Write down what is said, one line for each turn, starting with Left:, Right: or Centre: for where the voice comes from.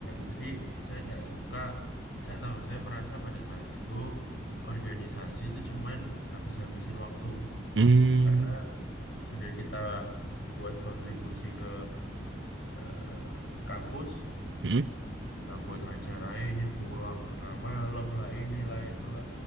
Left: jadi saya nggak suka, nggak tahu. Saya merasa pada saat itu organisasi itu cuman habis-habisin waktu.
Right: Hmm.
Left: Karena sudah kita buat kontribusi ke eh, kampus
Right: hmm, mm
Left: kita buat acara ini pulang tengah malam lah inilah itulah